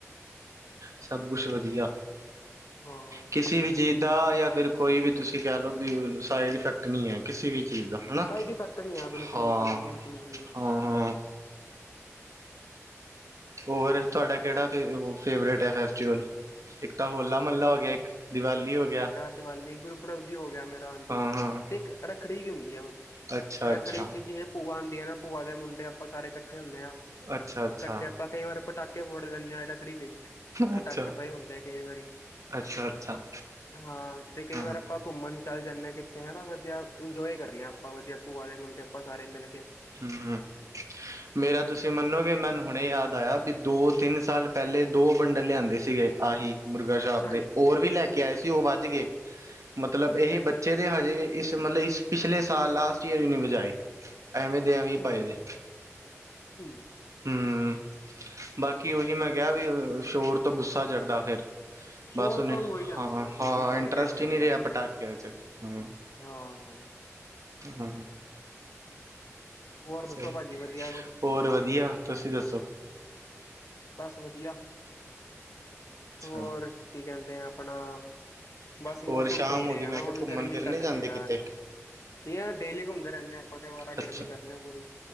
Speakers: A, on the right (about 80°); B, on the left (about 70°).
A: ਸਭ ਕੁਛ ਵਧੀਆ
B: ਹਾਂ
A: ਕਿਸੇ ਵੀ ਚੀਜ਼ ਦਾ ਜਾਂ ਫਿਰ ਕੋਈ ਵੀ ਤੁਸੀਂ ਕਹਿ ਲਓ ਵੀ ਸਾਈਡ ਇਫੈਕਟ ਨਹੀਂ ਹੈ ਕਿਸੇ ਵੀ ਚੀਜ਼ ਦਾ। ਹੈ ਨਾ
B: ਸਾਈਡ ਇਫੈਕਟ ਨਹੀਂ ਆ ਬਿਲਕੁਲ
A: ਹਾਂ
B: ਵੀ ਭਾਜੀ ਬਿਲਕੁਲ ਵੀ ਨਹੀਂ ਆ
A: ਹਾਂ ਹਾਂ। ਹੋਰ, ਤੁਆਡਾ ਕੇੜਾ ਫ ਫੇਵਰੇਟ ਹੈ ਫੈਸਟੀਵਲ? ਇੱਕ ਤਾਂ ਹੋਲਾ-ਮੱਲਾ ਹੋ ਗਿਆ ਇੱਕ ਦੀਵਾਲੀ ਹੋ ਗਿਆ।
B: ਦਿਵਾਲੀ ਗੁਰਪਰਬ ਵੀ ਹੋ ਗਿਆ ਮੈ ਹਾਂਜੀ
A: ਹਾਂ ਹਾਂ
B: ਤੇ ਇੱਕ ਰੱਖੜੀ ਵੀ ਹੁੰਦੀ ਅ ਵ
A: ਅੱਛਾ
B: ਰੱਖੜੀ
A: ਅੱਛਾ
B: ਚ ਜਿਵੇਂ ਭੂਆ ਆਂਦੀ ਐ ਨਾ ਭੂਆ ਦੇ ਮੁੰਡੇ ਆਪਾਂ ਸਾਰੇ ਕੱਠੇ ਹੁੰਨੇ ਆ।
A: ਅੱਛਾ ਅੱਛਾ
B: ਕੱਠੇ ਆਪਾਂ ਕਈ ਵਾਰ ਪਟਾਕੇ ਫੋੜ ਲੈਂਨੇ ਹਾਂ ਰਖੜੀ, ਤੇ
A: ਅੱਛਾ
B: ਪਟਾਕੇ ਪਏ ਹੁੰਦੇ। ਕਈ ਵਾਰੀ
A: ਅੱਛਾ ਅੱਛਾ
B: ਹਾਂ, ਤੇ ਕਈ
A: ਹਮ
B: ਵਾਰ ਆਪਾਂ ਘੁੰਮਣ ਚੱਲ ਜਾਂਨੇ ਹਾ ਕਿੱਤੇੇ ਹਨਾ ਵਧੀਆ ਇੰਜੋਏ ਕਰਨੇ ਆਪਾਂ ਵਧੀਆ ਭੂਆ ਦੇ ਮੁੰਡੇ, ਆਪਾਂ ਸਾਰੇ ਮਿਲ ਕੇ।
A: ਹੁੰ, ਮੇਰਾ
B: ਹੂੰ
A: ਤੁਸੀਂ ਮੰਨੋਗੇ ਮੈਨੰ ਹੁਣੇ ਯਾਦ ਆਇਆ ਦੋ-ਤਿੰਨ ਸਾਲ ਪੈਲੇ ਦੋ ਬੰਡਲ ਲਿਆਂਂਦੇ ਸੀਗੇ। ਆਹੀ ਮੁਰਗਾ ਸ਼ਾਪ
B: ਅੱਛਾ
A: ਦੇ
B: ਜੀ
A: ਹੋਰ ਵੀ ਲੈ ਕੇ ਆਏ ਸੀ। ਔ ਵੱਜ ਗਏ ਮਤਲਬ
B: ਅੱਛਾ
A: ਇਹ
B: ਜੀ
A: ਬੱਚੇ ਤੇ ਹਜੇ ਵੀ ਇਸ ਮਤਲਬ ਇਸ ਪਿਛਲੇ ਸਾਲ ਲਾਸਟ ਈਅਰ ਵੀ ਨੀ ਵਜਾਏ। ਐਵੇਂ ਦੇ ਐਵੇਂ
B: ਅੱਛਾ
A: ਹੀ ਪਾਏ
B: ਜੀ।
A: ਦੇ
B: ਹੂੰ
A: ਹਮ ਬਾਕੀ ਕਿ ਉਹੀ ਮੈਂ ਕਿਹਾ ਵੀ ਸ਼ੋਰ ਤੋਂ ਗੁੱਸਾ ਚੜ੍ਹਦਾ ਫੇਰ।
B: ਸ਼ੋਰ
A: ਬੱਸ ਨ
B: ਤੋਂ ਹੋ ਹੀ ਜਾਂਦਾ
A: ਹਾਂ
B: ਵੈਸੇ
A: ਹਾਂ
B: ਬੰਦਾ
A: ਇੰਟਰਸਟ
B: ਇਰੀਟੇਟ ਹੋ ਜਾਂਦਾ
A: ਹੀ ਨਹੀਂ ਰਿਹਾ
B: ਕਈ
A: ਪਟਾਕਿਆ
B: ਵਾਰੀ
A: ਚ ਹਮ।
B: ਹਾਂ।
A: ਹਮਮ।
B: ਹੋਰ ਦੱਸੋ
A: ਸਹੀ
B: ਭਾਜੀ ਵਧੀਆ ਕੁੱਝ
A: ਹੋਰ ਵਧੀਆ ਤੁਸੀਂ ਦੱਸੋ?
B: ਬਸ ਵਧੀਆ।
A: ਅੱਛਾ
B: ਹੋਰ ਕੀ ਕਹਿੰਦੇ ਆ ਆਪਣਾ। ਬਸ ਮੌਸਮ
A: ਹੋਰ ਸ਼ਾਮ
B: ਸਹੀ
A: ਹੋ
B: ਰਿਹਾ
A: ਗਈ
B: ਨਾ
A: ਮੈਂ
B: ਹੁਣ
A: ਕਿਹਾ ਘੁੰਮਣ
B: ਗਰਮੀ
A: ਫਿਰਨ
B: ਕੱਟਦੇ
A: ਨੀ ਜਾਂਦੇ
B: ਯਾਰ।
A: ਕਿਤੇ
B: ਨਹੀਂ ਹਾਂ ਡੇਲੀ ਘੁੰਮਦੇ ਰਹਿੰਦੇ ਆਪਾਂ ਤੇ ਅਵਾਰਾ
A: ਅੱਛਾ
B: ਗਰਦੀ ਕਰਨੇ ਹਾਂ ਪੂਰੀ।